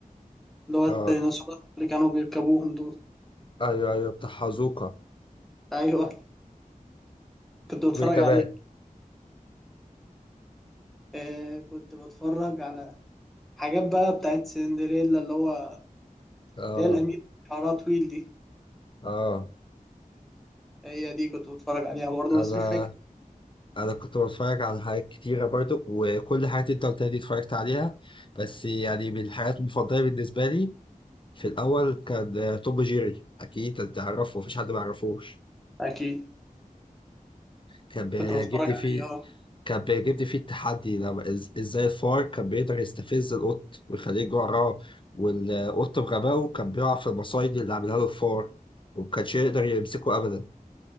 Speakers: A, in the centre; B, on the left.
A: اللي هو الديناصورات
B: آه
A: اللي كانوا بيركبوهم دول
B: أيوه أيوه بتاع حزوقة،
A: ايوه كنت بتفرج
B: وإيه كمان؟
A: عليه آه كنت بتفرج على حاجات بقى بتاعت سندريلا اللي هو
B: آه
A: اللي هي الأميرة شعرها طويل دي
B: آه
A: هي دي كنت بتفرج عليها برضه
B: أنا
A: بس مش فاكر
B: انا كنت بتفرج على حاجات كتيرة برضو وكل حاجة انت قلتها دي اتفرجت عليها بس يعني من الحاجات المفضلة بالنسبة لي في الاول كان آه، توم جيري اكيد انت تعرفه مفيش حد ما يعرفوش
A: اكيد
B: كان بيعجبني
A: كنت بتفرج عليه
B: فيه
A: اه
B: كان بيعجبني فيه التحدي لما إز- ازاي الفار كان بيقدر يستفز القط ويخليه يجري وراه والقط بغبائه كان بيقع في المصايد اللي عاملها له الفار ومكانش يقدر يمسكه ابدا